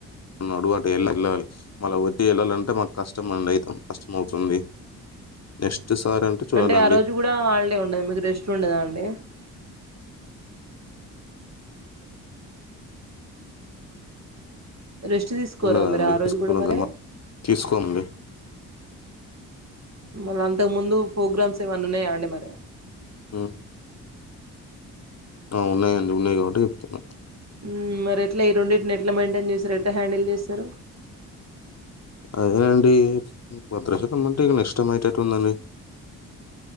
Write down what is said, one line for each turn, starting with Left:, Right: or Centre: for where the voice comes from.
Left: నడువు అటు వెళ్ళి వెళ్ళాలి మళ్ళ వచ్చి వెళ్ళాలంటే మాకు కష్టం ఎండ కష్టం అవుతుంది నెక్స్ట్ సారి చూడాలండి
Right: అంటే ఆ రోజు కూడా హాలిడే ఉండదు మీకు రెస్ట్ ఉండదా అండి రెస్ట్ తీసుకోరా
Left: ఉండదాండి
Right: మీరు ఆ రోజు కూడా
Left: <unintelligible>
Right: మరి
Left: తీసుకోమండి
Right: మల్ల అంతకు ముందు ప్రోగ్రామ్స్ ఏవన్న ఉన్నాయా అండి మరి
Left: ఆ ఆ ఉన్నాయండి ఉన్నాయి కాబట్టి చెప్తున్న
Right: ఉమ్ మరి ఎట్లా ఈ రెండింటిని ఎట్లా మెయింటైన్ చేస్తారు ఎట్లా హ్యాండిల్ చేస్తారు
Left: అదేనండి భద్రాచలమంటే ఇక నెక్స్టైమ్ అయ్యేటట్టు ఉందండి